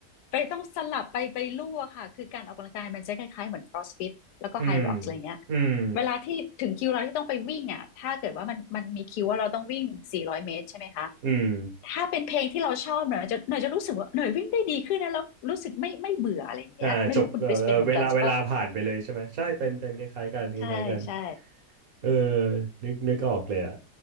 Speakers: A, on the left; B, on the right.
A: ไปต้องสลับไปไปลู่อะค่ะคือการออกกำลังกายมันจะคล้ายๆเหมือน CrossFit
B: <laughs>
A: แล้วก็
B: อืม
A: High Rocks อะไรเงี้ย
B: อืม
A: เวลาที่ถึงคิวเราที่ต้องไปวิ่งอ่ะ ถ้าเกิดว่ามันมันมีคิวว่าเราต้องวิ่ง400เมตรใช่ไหมคะ
B: อืม
A: ถ้าเป็นเพลงที่เราชอบหน่อยจะหน่อยจะรู้สึกว่าหน่อยวิ่งได้ดีขึ้นนะแล้วรู้สึกไม่ไม่เบื่ออะไรอย่างเงี้ย
B: อ่าจบเออเออเวลาเวลาผ่านไปเลยใช่ไหมใช่เป็นเป็นคล้ายๆกันคล้ายๆกัน
A: ไม่รู้คุณคริสเป็นเหมือนกันใช่ปะใช่ใช่
B: เออนึกนึกออกเลยอ่ะ